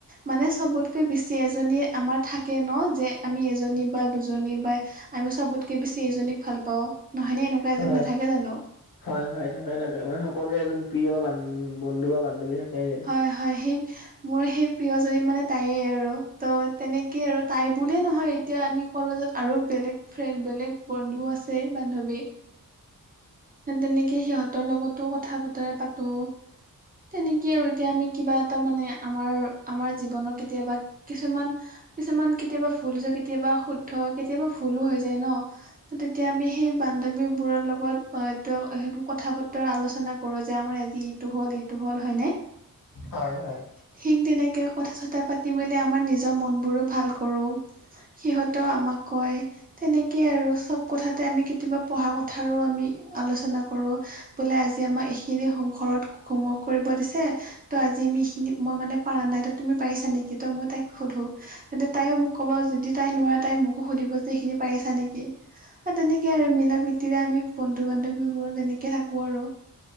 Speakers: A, on the right (about 25°); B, on the left (about 75°).
A: মানে চবতকে বেছ ছি এজনীয়ে আমাৰ থাকে ন' যে আমি এজনী বা দুজনী বাই আমিও চবতকে বেছি এজনীক ভাল পাওঁ নহয় নে এনেকুৱা
B: হয়।
A: এজনী নাথাকে জানো?
B: হয়, হয় থাকে থাকে। মা সকলোৱে এজন প্ৰিয় বান বন্ধু বা বান্ধৱী থাকেয়ে।
A: হয়, হয় সেই মোৰ সেই প্ৰিয়জনী মানে তাইে আৰু ত' তেনেকেই আৰু তাই বুলিয়ে নহয় তিয়া আমি কলেজত আৰু বেলেগ ফ্ৰেণ্ড বেলেগ বন্ধু আছে বান্ধবী। <inaudible> তেনেকে সিহঁতৰ লগতো কথা বতৰা পাতোঁ। তেনেকে আৰু এতিয়া আমি কিবা এটা মানে আমাৰ আমাৰ জীৱনৰ কেতিয়াবা কিছুমান কিছুমান কেতিয়াবা ভুল যে কেতিয়াবা শুদ্ধ কেতিয়াবা ভুলো হৈ যায় ন'। ত' তেতিয়া আমি সেই বান্ধৱীবোৰৰ লগত অই <inaudible> হেনো কথা বতৰা আলোচনা কৰো যে আমাৰ আজি ইটো হ'ল এইটো হ'ল হয়নে?
B: হয়, হয়।
A: ঠিক তেনেকে কথা চঠা পাতি মেলে আমাৰ নিজৰ মনবোৰো ভাল কৰোঁ। সিহঁতেও আমাক কয়। তেনেকে আৰু চব কথাতে আমি কেতিয়াবা পঢ়া কথাৰো আমি আলোচনা কৰোঁ। বোলে আজি আমাৰ এইখিনি হোম ঘৰত হোমৱৰ্ক কৰিব দিছে। ত' আজি আমি এখিনি মই মানে পাৰা নাই ত' তুমি পাৰিছা নেকি ত' মই তাইক সোধোঁ। তেতিয়া তাইও মোক ক'ব যদি তাই নোৱাৰে তাই মোকো সুধিব যে এইখিনি পাৰিছা নেকি। এ, তেনেকে আৰু মিলা প্ৰীতিৰে আমি বন্ধু বান্ধৱীবোৰত তেনেকে থাকো আৰু।